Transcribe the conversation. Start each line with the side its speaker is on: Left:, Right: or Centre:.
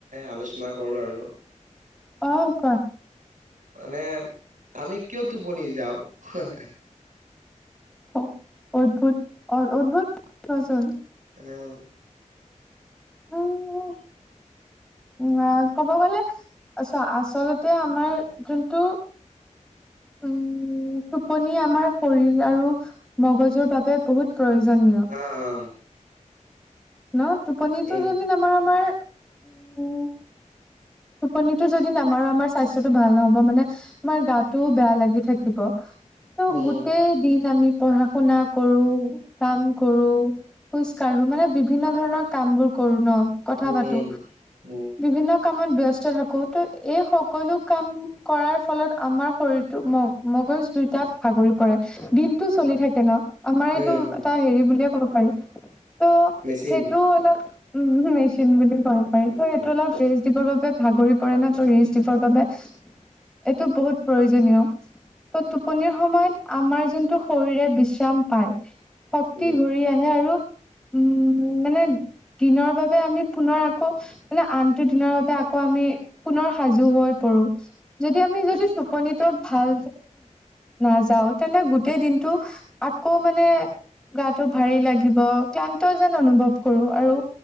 Right: আলোচনা কৰো আৰু
Centre: অহ কোৱা।
Right: মানে আমি কিয় টোপনি যাও হে হে
Centre: অ অদ্ভুত অ উদ্ভুত কোৱেশ্যন
Right: এনে
Centre: উহ উ ক'ব গলে চোৱা আচলতে আমাৰ যোনটো উম টোপনি আমাৰ শৰীৰ আৰু মগজুৰ বাবে বহুত প্ৰয়োজনীয়।
Right: হা হা
Centre: ন টোপনিটো
Right: উম
Centre: যদি আমাৰ আমাৰ উম টোপনিটো যদি নামাৰো আমাৰ স্বাস্থ্যটো ভাল নহ। মানে তোমাৰ গাটোও বেয়া লাগি থাকিব ত
Right: উম
Centre: গোটেই দিন আমি পঢ়া শুনা কৰো, কাম কৰো, খোজ কঢ়ো, মানে বিভিন্ন ধৰণৰ কাম বোৰ কৰো ন কথা
Right: উম উম
Centre: পাতো
Right: উম
Centre: বিভিন্ন কাম ব্যস্ত থাকো ত এই সকলো কাম কৰাৰ ফলত আমাৰ শৰীৰটো মগজ <unintelligible> দুইটা ভাগৰি পৰে। দিনটো চলি
Right: উম
Centre: থাকে ন আমাৰ এইটো
Right: উম
Centre: এটা হেৰি বুলিয়ে ক'ব পাৰি। ত'
Right: মেচিন
Centre: সেইটো অলপ উ মেচিন বুলি
Right: অ'
Centre: ক'ব পাৰি ত'
Right: মানে
Centre: সেইটো অলপ বাবে ভাগৰি পৰে ন ৰিচ দিবৰ বাবে এইটো বহুত প্ৰয়োজনীয়। ত' টোপনিৰ সময়ত আমাৰ যোনটো শৰীৰে বিশ্ৰাম পায়। শক্তি
Right: এ
Centre: ঘূৰি আহে আৰু। উম মানে দিনৰ বাবে আমি পুনৰ আকৌ মানে আনটো দিনৰ বাবে আকৌ আমি পুনৰ সাজু হৈ পৰো যদি আমি যদি টোপনিটো ভাল নাযাও তেন্তে গোটেই দিনটো <unintelligible> আকৌ মানে গাটো ভাৰী লাগিব ক্লান্ত যেন অনুভৱ কৰোঁ আৰু